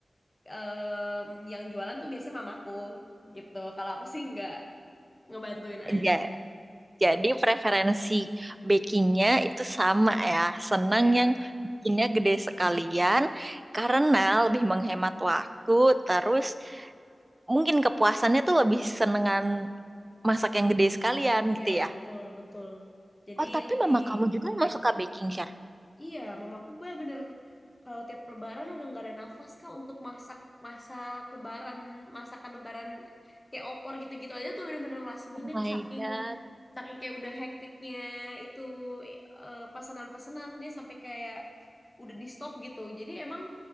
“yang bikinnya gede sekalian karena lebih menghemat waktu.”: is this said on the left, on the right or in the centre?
Right